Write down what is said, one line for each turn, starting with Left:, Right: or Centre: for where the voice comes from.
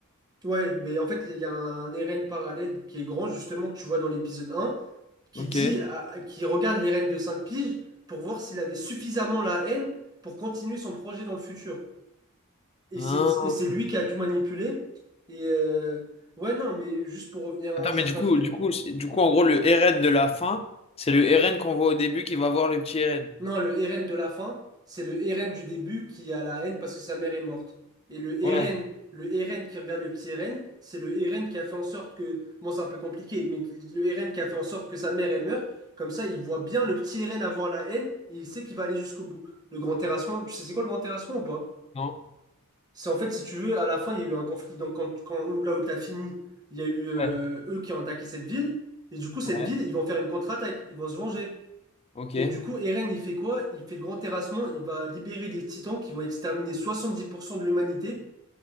Right: Ouais, mais en fait, il y a un, un RN parallèle qui est grand, justement, que tu vois dans l'épisode un qui
Left: Ok.
Right: dit, à- à- qui regarde les reines de 5 piges pour voir s'il avait suffisamment la haine pour continuer son projet dans le futur. Et
Left: Ah.
Right: c'est, et c'est lui qui a tout manipulé. Et euh, ouais, non, mais juste pour revenir à
Left: Attends,
Right: un certain
Left: mais du coup,
Right: truc,
Left: du coup, c'est- du coup, en gros, le RN de la fin, c'est le RN qu'on voit au début qui va voir le petit RN.
Right: Non, le Eren de la fin, c'est le Eren du début qui a la haine parce que sa mère est morte. Et le Eren,
Left: Ouais,
Right: le Eren qui regarde le petit Eren, c'est le Eren qui a fait en sorte que... Bon, c'est un peu compliqué, mais le Eren qui a fait en sorte que sa mère elle meurt. Comme ça, il voit bien le petit Eren avoir la haine et il sait qu'il va aller jusqu'au bout. Le grand terrassement, tu sais c'est quoi le grand terrassement ou pas?
Left: non?
Right: C'est en fait, si tu veux, à la fin, il y a eu un conflit. Donc, quand, quand, là où t'as fini, il y a eu euh,
Left: Ouais,
Right: eux qui ont attaqué cette ville. Et du coup, cette
Left: ouais.
Right: ville, ils vont faire une contre-attaque. Ils vont se venger.
Left: Ok.
Right: Et du coup, Eren, il fait quoi? Il fait le grand terrassement, il va libérer des titans qui vont exterminer 70% de l'humanité